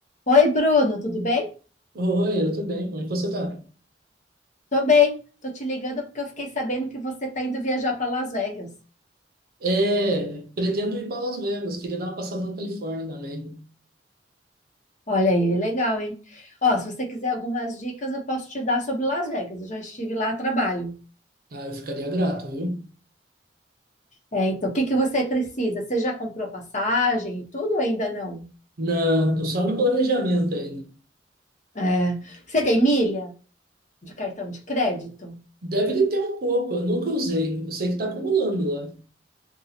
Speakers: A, on the left; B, on the right.
A: Oi, Bruno, tudo bem?
B: Oi, eu tô bem, como é que você tá?
A: Tô bem. Tô te ligando porque eu fiquei sabendo que você tá indo viajar para Las Vegas.
B: É, pretendo ir para Las Vegas, queria dar uma passada na Califórnia também.
A: Olha aí, legal, hein? Ó, se você quiser algumas dicas, eu posso te dar sobre Las Vegas. Eu já estive lá a trabalho.
B: Ah, eu ficaria grato, viu?
A: É, então, o que que você precisa? Você já comprou a passagem e tudo ou ainda não?
B: Não, tô só no planejamento ainda.
A: É. Você tem milha de cartão de crédito?
B: Deve ter um pouco, eu nunca usei. Eu sei que tá acumulando lá.